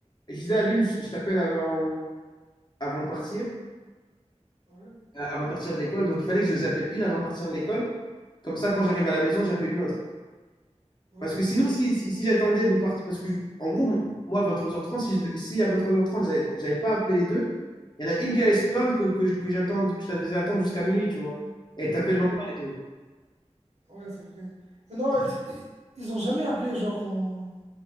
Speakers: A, on the left; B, on the right.
A: je disais à l'une, je je t'appelle avant. avant de partir,
B: Ouais,
A: euh, avant de partir de l'école. Donc, il fallait que je les appelle une avant de partir de l'école. Comme ça, quand j'arrive à la maison, j'appelle une autre.
B: ouais,
A: Parce que sinon, si, si, si j'attendais de partir, parce que, je- en gros, m- moi, à 23h30, si, je devais- si à 23h30, j'avais j'avais pas appelé les deux, il y en a une qui allait se plaindre que, que, je- que j'attende, que je la faisais attendre jusqu'à minuit, tu vois. Et
B: ouais,
A: elle t'appelle le lendemain, les deux.
B: ouais, c'est vrai. Non,
A: Je dis,
B: ils ils ont jamais appelé, genre, en,